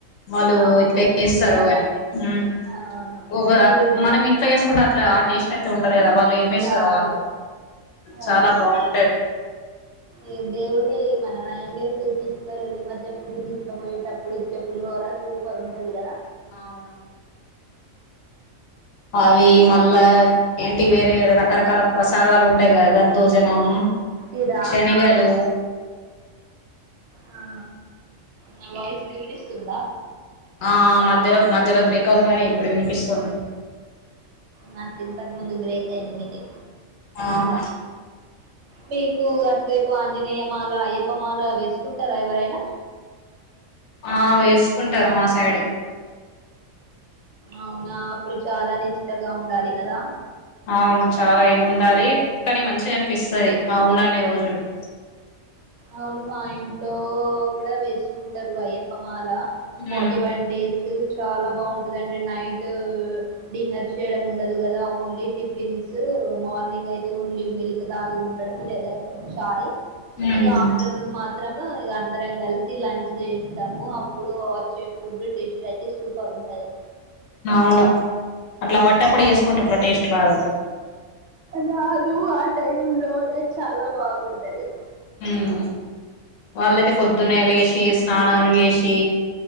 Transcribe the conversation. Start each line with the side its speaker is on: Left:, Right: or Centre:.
Left: వాళ్ళు
Right: అవును
Left: ఎట్ల చేస్తారో
Right: ఫుల్లగా
Left: గనీ హ్మ్
Right: అవును
Left: ఒక
Right: ఇప్పుడు
Left: మనం ఇంట్లో చేసుకుంటే అట్లా టేస్ట్ అయితే ఉంటారు కదా వాళ్ళు ఏమి ఎస్తారో
Right: రాదు
Left: అని చాలా
Right: అవును
Left: బాగుం
Right: ఈ దేవుని మన నైన్ డేస్ తీసుకెళ్ నిమర్జనం కి తీసుకపోయేటప్పుడు ఇచ్చే పులిహోర సూపర్ ఉంటది కదా
Left: అవును అవి మళ్ళ ఏంటి వేరే వేరే రకరకాల ప్రసాదాలు ఉంటాయి కదా దదోజనం
Right: సిరా
Left: శనిగలు
Right: ఆ నా వాయిస్ వినిపిస్తుందా
Left: ఆ మధ్యలో మధ్యలో బ్రేక్ అవుతుంది కానీ ఇప్పుడు వినిపిస్తుంది
Right: నాకు ఇంతకుముందు బ్రేక్ అయింది మీది
Left: ఆహ
Right: మీకు అటువైపు ఆంజనేయమాల అయ్యప్పమాల వేసుకుంటారా ఎవరైనా
Left: ఆ వేసుకుంటారు మా సైడు
Right: అవునా అప్పుడు చాలా నిష్టగా ఉండాలి కదా
Left: అవును చాలా ఇది ఉండాలి కానీ మంచి అనిపిస్తది ఆ ఉన్నన్ని రోజులు <inaudible>
Right: అవును మా ఇంట్లో కూడా వేసుకుంటారు అయ్యప్పమాల ఫార్టీ
Left: ఉమ్
Right: వన్ డేసు చాలా బాగుంటదంటి నైటు డిన్నర్ చేయడం ఉండదు కదా ఓన్లీ టిఫిన్స్ స్ మార్నింగ్ అయితే ఓన్లీ మిల్క్ తాగి ఉండడం లేదా ఛాయ్
Left: ఉమ్
Right: ఇగ ఆఫ్టర్నూన్ మాత్రం ఇగ అం దరం కలిసి లంచ్ చేస్తాము అప్పుడు వచ్చే ఫుడ్ టేస్ట్ అయితే సూపర్ ఉంటది
Left: అవును అట్ల వట్టపుడే చేసుకుంటే అట్లా టేస్ట్ రాదు
Right: రాదు ఆ టైం లోనే చాలా బాగుంటది
Left: హ్మ్ వాళ్ళుయితే పొద్దున్నే లేసి స్నానాలు చేసి